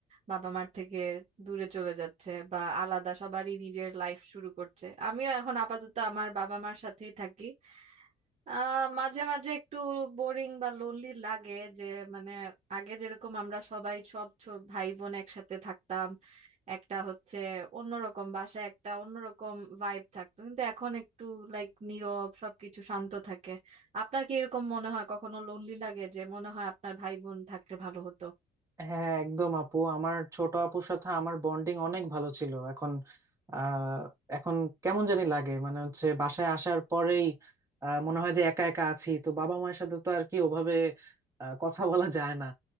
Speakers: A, on the right; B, on the right.
A: বাবা মার থেকে দূরে চলে যাচ্ছে বা আলাদা সবারই নিজের লাইফ শুরু করছে আমিও এখন আপাতত আমার বাবা মার সাথেই থাকি আহ মাঝে মাঝে একটু বোরিং বা লোনলি লাগে যে মানে আগে যেরকম আমরা সবাই সব ছো- ভাই বোন একসাথে থাকতাম একটা হচ্ছে অন্যরকম বাসায় একটা অন্যরকম ভাইব থাকতো কিন্তু এখন একটু লাইক নীরব সবকিছু শান্ত থাকে আপনার কি এরকম মনে হয় কখনো লোনলি লাগে যে মনে হয় আপনার ভাই বোন থাকলে ভালো হতো
B: হ্যাঁ একদম আপু আমার ছোট আপুর সাথে আমার বন্ডিং অনেক ভালো ছিল এখন আহ এখন কেমন জানি লাগে মানে হচ্ছে বাসায় আসার পরেই আহ, মনে হয় যে একা একা আছি তো বাবা মায়ের সাথে তো আর কি ওভাবে আহ, কথা বলা যায় না